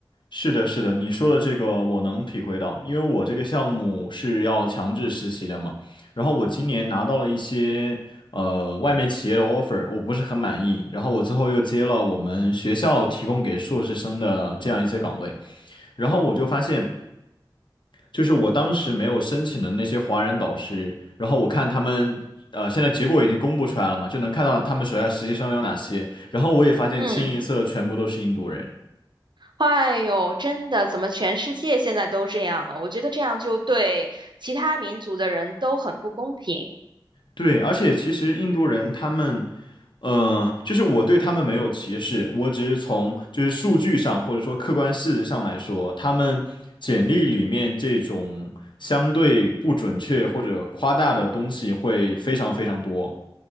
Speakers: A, on the left (about 65°); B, on the right (about 60°).
A: 是的，是的，你说的这个我能体会到，因为我这个项目是要强制实习的嘛。然后我今年拿到了一些呃外面企业的 offer，我不是很满意。然后我最后又接了我们学校提供给硕士生的这样一些岗位。然后我就发现，就是我当时没有申请的那些华人导师，然后我看他们呃现在结果已经公布出来了嘛，就能看到他们手下实习生有哪些。然后我也发现清一色全部都是印度人。
B: 嗯，哎呦，真的，怎么全世界现在都这样了？我觉得这样就对其他民族的人都很不公平。
A: 对，而且其实印度人他们，呃，就是我对他们没有歧视，我只是从就是数据上或者说客观事实上来说，他们简历里面这种相对不准确或者夸大的东西会非常非常多。